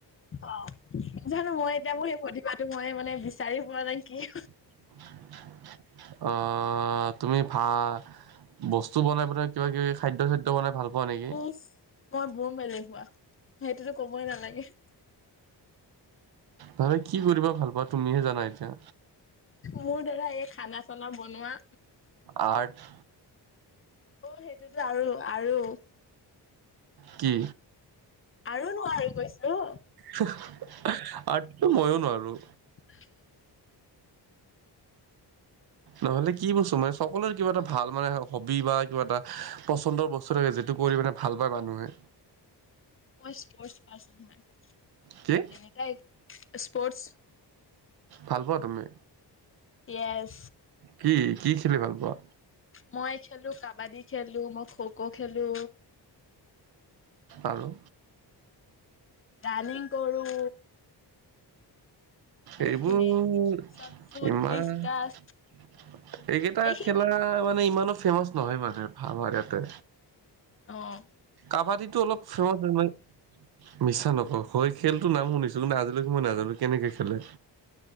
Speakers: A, on the left; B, on the right.
A: অ' নজানো মই এতিয়া মোৰ সেই প্ৰতিভাটো মই মানে বিচাৰি পোৱা নাই কি
B: <inaudible> অ' তুমি ভা বস্তু বনাই পেলাই কিবা কিবি খাদ্য খাদ্য। টো মানে ভাল পোৱা নেকি
A: উফ মই বোম হুৱোৱা সেইটোতো কবই নালাগে।
B: নহলে কি কৰিবা ভাল পোৱাা তুমিহে জানা এতিয়া।
A: মোৰ দাৰা এই খানা চানা বনোৱা।
B: আৰ্ট।
A: অ' সেইটোতো আৰু আৰু।
B: কি
A: আৰু নোৱাৰি কৈছোঁ
B: <unintelligible> মইও নোৱাৰো।
A: <inaudible>
B: নহ'লে কি বস্তো মানে সকলোৰে কিবা এটা ভাল মানে হবি বা কিবা এটা। পচন্দৰ বস্তু থাকে যিটো কৰি মানে ভাল পায় মানুহে।
A: মোৰ স্পৰ্ট পাৰ্চন হয়
B: কি
A: তেনেক স্পৰ্ট।
B: ভাল পোৱা তুমি
A: য়েছ।
B: কি কি খেলি ভাল পোৱা
A: মই খেলো কাবাডী খেলো মই খ খো খেলো।
B: আৰু
A: ৰানিনং কৰো। সেইখিনি
B: এইবোৰ
A: চট ফুট
B: ইমান
A: ডিচকাচ
B: এইকেইটা
A: সেইখিনি
B: খেলা মানে ইমানো ফেমাচ নহয় মানে আমাৰ ইয়াতে।
A: অ'।
B: কাবাডীটো অলপ ফেমাচ হয়, মা মিছা নকওঁ হয় খেলটো নাম শুনিছোঁ কিন্তু আজিলৈকে মই নাজানো কেনেকে খেলে।